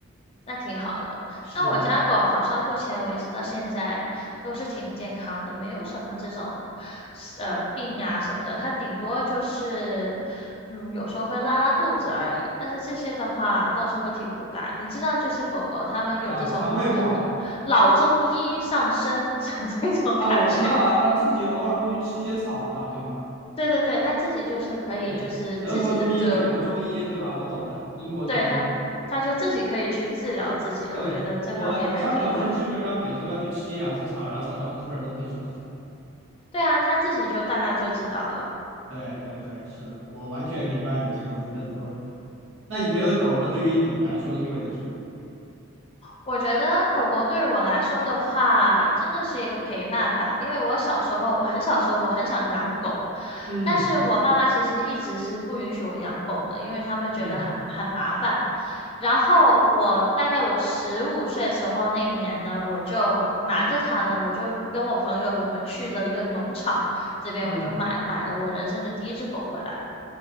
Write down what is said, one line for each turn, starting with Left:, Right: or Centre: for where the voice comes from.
Left: 那挺好的。
Right: 是的
Left: 像我家狗，好像目前为止到现在都是挺健康的，没有什么这种呃病啊什么的，它顶多就是嗯有时候会拉拉肚子而已，但是这些的话倒是问题不大。你知道，就是狗狗它们有这种。
Right: 啊，肠胃不好
Left: 老中医上身 <laughs> 这种感觉。
Right: 啊，我知道啊，他自己偶尔会去吃一些草嘛，对吧？
Left: 对对对，他自己就是可以，
Right: 对，
Left: 就是自己的就，
Right: 德国中医、美国中医，对吧？我懂的，英国中医。
Left: 对他，他就自己可以去治疗自己了。
Right: 对，
Left: 我觉得这方面还挺好的
Right: 我我家狗现在基本上每周要去吃一两次草，然后早上我吐点东西出来。
Left: 对啊，他自己就大概就知道了。
Right: 对对对，是的，我完全明白你这个东西在说什么。那你觉得狗狗对于你来说意味着什么？
Left: 我觉得狗狗对我来说的话，真的是一个陪伴吧。因为我小时候，我很小时候，我很想养狗，
Right: 嗯
Left: 但是我爸妈其实一直是不允许我养狗的，因为他们觉得很很麻烦。
Right: 嗯
Left: 然后我大概我十五岁的时候那一年呢，我就瞒着他呢，我就跟我朋友我们去了一个农场，这边我就买买了我人生的第一只狗回来。
Right: 嗯，